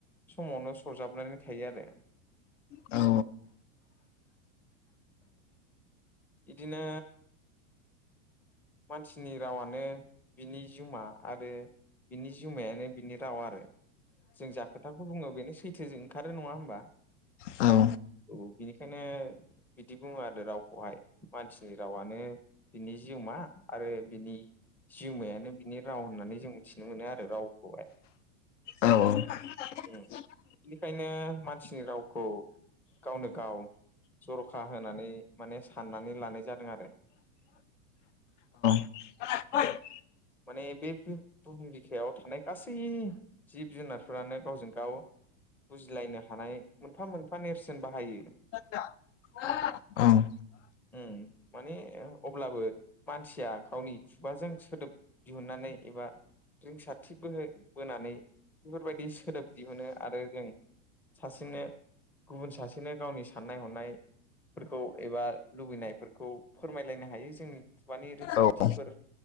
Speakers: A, in the centre; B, on the left.
A: समावनो सरजाबनानै थायो आरो।
B: औ।
A: बिदिनो मानसिनि रावानो बिनि जिउमा आरो बिनि जिउमायानो बिनि राव आरो जों जा खोथाखौ बुंङो बेनो सैथोजों ओंखारो नङा होनोमबा
B: औ
A: औ बिनिखायनो बिदि बुंङो आरो रावखौहाय मानसिनि रावानो बिनि जिउमा आरो बिनि जिउमायानो बिनि राव होननानै जों मिथिनो मोनो आरो रावखौहाय
B: औ
A: उम बेनिखायनो मानसिनि रावखौ गावनो गाव जर'खा होनानै माने साननानै लानाय जादों आरो
B: <unintelligible>
A: माने बे बुहुम बिखायाव थानाय गासै जिब जुनारफोरानो गावजों गाव बुजिलायनो हानाय मोनफा मोनफा नेरसोन बाहायो
B: <inaudible> ओं
A: उम माने अब्लाबो मानसिया गावनि खुगाजों सोदोब दिहुनन्नानै एबा रिंसारथि बोह बोनानै बेफोरबायदि सोदोब दिहुनो आरो जों सासेनो गुबुन सासेनो गावनि साननाय हनाय फोरखौ एबा लुबैनायफोरखौ फोरमायलायनो हायो जोंनि खुगानि रोंसारथिफोर
B: औ औ